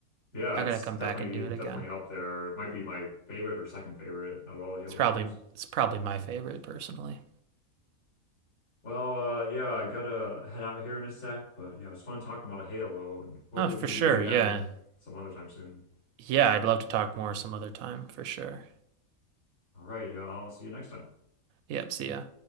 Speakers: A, on the left; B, on the right.
A: Yeah,
B: I
A: it's
B: gotta come
A: definitely
B: back and do it
A: definitely
B: again.
A: up there. It might be my favorite or second favorite out of all the Halo
B: It's probably
A: games.
B: it's probably my favorite personally.
A: Well, uh, yeah, I gotta head out here in a sec, but yeah, it was fun talking about Halo, and hopefully
B: Oh, for
A: we can
B: sure.
A: do it again
B: Yeah,
A: some other time soon.
B: yeah. I'd love to talk more some other time for sure.
A: All right, yeah, I'll see you next time.
B: Yep. See ya.